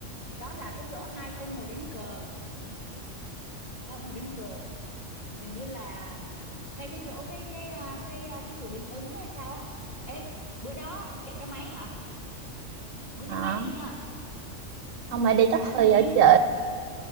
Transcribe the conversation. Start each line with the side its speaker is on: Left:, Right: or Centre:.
Left: đó là cái chỗ hai ông ngồi đánh cờ hai ông ngồi đánh cờ hình như là ngay cái chỗ cái cái à, cái à, cái chùa Linh Ứng hay sao á ê bữa đó chạy xe máy hả mướn
Right: đó
Left: xe máy đi nha
Right: không phải đi
Left: hả
Right: taxi
Left: gì
Right: ở chị